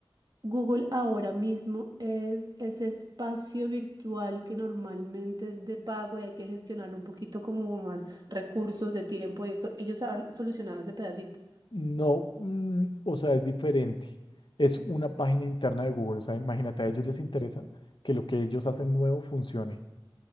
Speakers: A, on the right; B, on the left.
A: Google ahora mismo es ese espacio virtual que normalmente es de pago y hay que gestionarlo un poquito como más recursos de tiempo y esto. Ellos han solucionado ese pedacito.
B: no, mm, o sea, es diferente. Es una página interna de Google. O sea, imagínate, a ellos les interesa que lo que ellos hacen nuevo funcione.